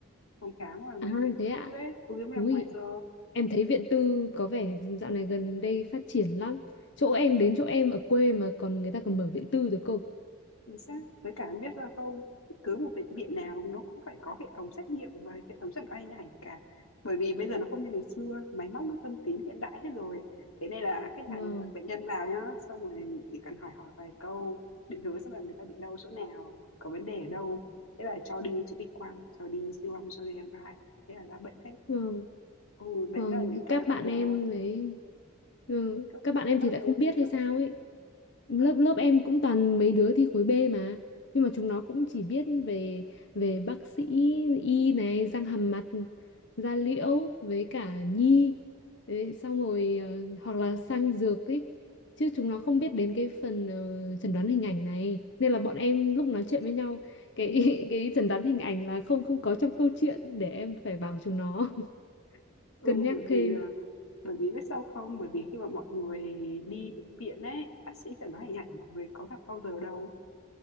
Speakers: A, on the left; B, on the left.
A: phòng khám hoặc là mấy
B: à
A: bệnh
B: thế ạ
A: tư ấy cũng làm
B: ui
A: ngoài giờ
B: em thấy viện tư có vẻ dạo này gần đây phát triển lắm chỗ em đến chỗ em ở quê mà còn người ta còn mở viện tư rồi cơ
A: chính xác với cả em biết ra không cứ một bệnh viện nào nó cũng phải có hệ thống xét nghiệm và hệ thống chẩn đoán hình ảnh cả bởi vì bây giờ nó không như ngày xưa máy móc nó tân tiến hiện đại hết rồi thế nên là khách
B: vâng
A: hàng gọi bệnh nhân vào nhá xong rồi chỉ cần hỏi hỏi vài câu định hướng xem là người ta bị đau chỗ nào có vấn đề ở đâu thế là cho đi chụp X quang cho đi siêu âm cho đi MRI thế là ra bệnh hết
B: vâng
A: ừ đấy
B: vâng
A: là những cái
B: các
A: mà
B: bạn
A: nó
B: em ấy ừ,
A: các
B: các bạn em
A: các
B: thì
A: bạn
B: lại không
A: em
B: biết
A: làm
B: hay
A: sao
B: sao ấy lớp
A: ừ,
B: lớp em cũng toàn mấy đứa thi khối B mà nhưng mà chúng nó cũng chỉ biết về về bác sĩ y này răng hàm mặt da liễu với cả nhi Đấy, xong rồi ờ, hoặc là sang dược ấy chứ chúng nó không biết đến cái phần ờ, chẩn đoán hình ảnh này nên là bọn em lúc nói chuyện với nhau cái <laughs> cái chẩn đoán hình ảnh là không không có trong câu chuyện để em phải bảo chúng nó <laughs>
A: ừ
B: cân nhắc
A: bởi
B: thêm
A: vì là bởi vì biết sao không bởi vì khi mà mọi người đi bệnh viện ấy bác sĩ chẳng nói hình ảnh mọi người có gặp bao giờ đâu